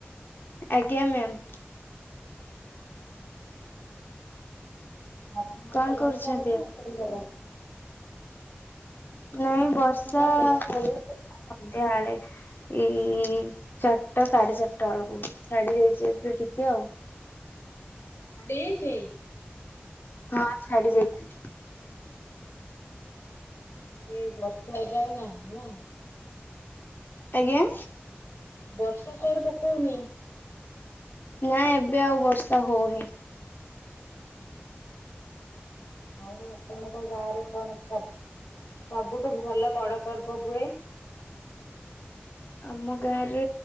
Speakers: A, on the left (about 55°); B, on the left (about 90°).
A: ଆଜ୍ଞା ମ୍ୟାମ୍।
B: ଆପଣଙ୍କ
A: କଣ
B: ଆଡେ ବର୍ଷା
A: କରୁଛନ୍ତି?
B: ହଉଥିଲା ଛାଡ଼ିଗଲା।
A: ନାଇଁ ବର୍ଷା
B: ଆପଣଙ୍କ ଆଡେ ବର୍ଷା
A: ହଉଥିଲା ସନ୍ଧ୍ୟାଆଳେ। ଇଁ ଚାରିଟା ସାଢେ ଚାରିଟା ବେଳକୁ ଛାଡି ଯାଇଛି ଏବେ ଟିକେ ଆଉ।
B: ଛାଡ଼ିଯାଇଚି?
A: ହଁ ଛାଡି ଯାଇଛି।
B: ହେଲେ ବର୍ଷା ଏବେ ଆଉ ନାହିଁ ନା।
A: ଆଜ୍ଞା?
B: ବର୍ଷା ସିଆଡେ ପକଉନି?
A: ନାଇ ଏବେ ଆଉ ବର୍ଷା ହଉନି।
B: ଆଉ ଆପଣଙ୍କ ଗାଁ ରେ କଣ ସବ ସବୁଠୁ ଭଲ ବଡ ପର୍ବ ହୁଏ?
A: ଆମ ଗାଁରେ